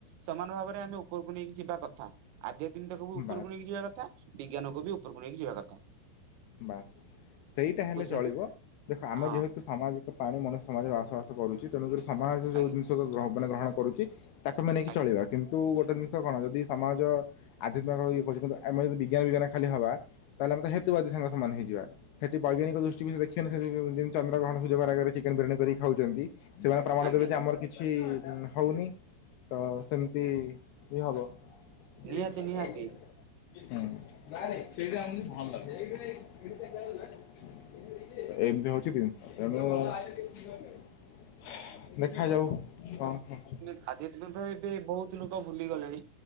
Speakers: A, on the right (about 75°); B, on the left (about 75°).
A: ସମାନ୍ ଭାବରେ ଆମେ ଉପରକୁ ନେଇକି ଯିବା କଥା ଆଧ୍ୟାତ୍ମିକକୁ ବି ଉପରକୁ
B: ବାସ୍।
A: ନେଇକି ଯିବା କଥା, ବିଜ୍ଞାନକୁ ବି ଉପରକୁ ନେଇକି ଯିବା କଥା।
B: ବାସ୍ ସେଇଟା ହେଲେ
A: ବୁଝିହେଲା
B: ଚଳିବ, ଦେଖ ଆମେ
A: ହଁ
B: ଯେହେତୁ ସାମାଜିକ ପ୍ରାଣୀ ମନୁଷ୍ୟ ସମାଜିକ ବସବାସ କରୁଛି ତେଣୁକରି ସମାଜ ଯୋଉ
A: ଆଜ୍ଞା
B: ଜିନିଷ କୁ ମାନେ ଗ୍ରହଣ କରୁଛି ତାକୁ ଆମେ ନେଇକି
A: ଆଜ୍ଞା
B: ଚଳିବା। କିନ୍ତୁ ଗୋଟେ ଜିନିଷ କଣ ଯଦି ସମାଜ ଆଧ୍ୟାତ୍ମିକ ଇଏ କରୁଛି କିନ୍ତୁ ଆମେ ଯଦି ବିଜ୍ଞାନ ବିଜ୍ଞାନ ଖାଲି ହେବା ତାହେଲେ ଆମେ ତ ହେତୁବାଦି ସାଙ୍ଗ ସମାନ୍ ହେଇଯିବା, ସେଠି ବୈଜ୍ଞାନିକ ଦୃଷ୍ଟି ବି ସେ ଦେଖେନି ସେ ଯେମିତି ଚନ୍ଦ୍ରଗ୍ରହ ସୁର୍ଯ୍ୟପରାଗ ରେ ଅଛି। ଯେଉଁ ବିରିୟାନି କରି ଖାଉଛନ୍ତି ସେମାନେ ପ୍ରମାଣ
A: ଆଜ୍ଞା
B: ଦେବେ ଯେ ଆମର କିଛି କିଛି ହଉନି, ତ ସେମିତି ଇଏ ହବ। <unintelligible>
A: ନିହାତି ନିହାତି
B: ଏମତି ହଉଛି କି ଏ <unintelligible> ଦେଖାଯାଉ କଣ ହବ।
A: ଆଧାତ୍ମିକ ତଏବେ ବହୁତ୍ ଲୋକ ଭୁଲିଗଲେଣି